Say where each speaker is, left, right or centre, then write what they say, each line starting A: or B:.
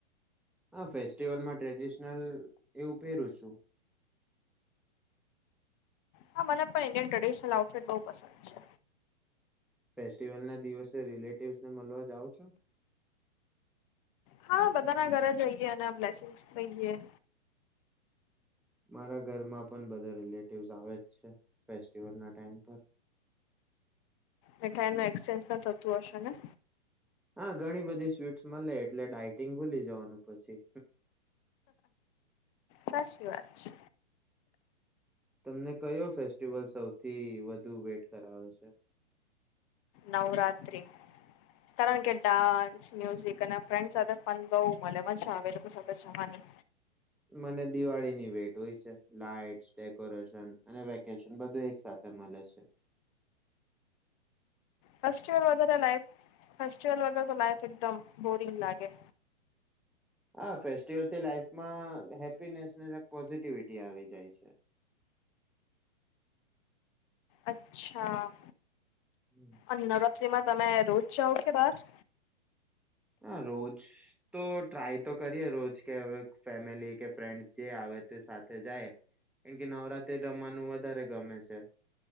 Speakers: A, in the centre; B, on the left (about 30°).
A: હા ફેસ્ટિવલમાં ટ્રેડિશનલ એવું પેરું છું.
B: હા મને પણ ઇન્ડિયન ટ્રેડિશનલ આઉટફિટ બોઉ પસંદ છે.
A: ફેસ્ટિવલના દિવસે રિલેટિવસ ને મલવા જાવ છો?
B: હા બધાના ઘરે જઈએ અને બ્લેસિંગસ લઈએ.
A: મારા ઘરમાં પણ બધા રિલેટિવસ આવે જ છે ફેસ્ટિવલના ટાઈમ પર.
B: મીઠાઈ નો એક્સચેન્જ પણ થતું હશે ને?
A: હા ઘણી બધી સ્વીટસ મલે એટલે ડાયટિંગ ભૂલી જવાનું પછી.
B: સાચી વાત છે.
A: તમને કયો ફેસ્ટિવલ સૌથી વધુ વેટ કરાવે છે?
B: નવરાત્રિ કારણ કે ડાન મ્યુઝિક અને ફ્રેન્ડ સાથે પણ બઉ મને મજા આવે એ લોકો સાથે જવાની.
A: મને દિવાળીની વેટ હોય છે લાઈટ ડેકોરેશન અને વેકેશન બધું એક સા મલે છે.
B: <unintelligible> તો લાઈફ એકદમ બોરિંગ લાગે.
A: હા ફેસ્ટિવલથી લાઈફમાં હેપીનેશન અને પોઝિટિવિટી આવી જાય છે.
B: અચ્છા.
A: હમ
B: અને નવરાત્રીમાં તમે રોજ જાઓ કે બાર?
A: હા રોજ તો ટ્રાય તો કરીએ રોજ કે હવે ફેમિલી કે ફ્રેન્ડસ જે આવે તે સાથે જાયે કેમ કે નવરાત્રી રમવાનું વધારે ગમે છે